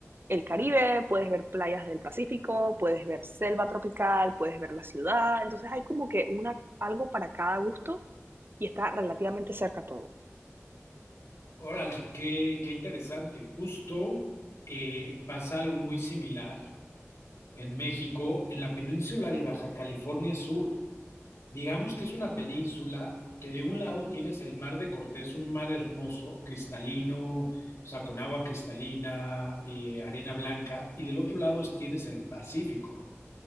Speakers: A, on the right; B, on the left.
A: el Caribe, puedes ver playas del Pacífico, puedes ver selva tropical, puedes ver la ciudad. Entonces, hay como que una, algo para cada gusto y está relativamente cerca todo.
B: Órale, qué, qué interesante. Justo eh, pasa algo muy similar en México, en la península de Baja California Sur. Digamos que es una península que de un lado tienes el Mar de Cortés, un mar hermoso, cristalino, o sea, con agua cristalina, eh, arena blanca, y del otro lado tienes el Pacífico.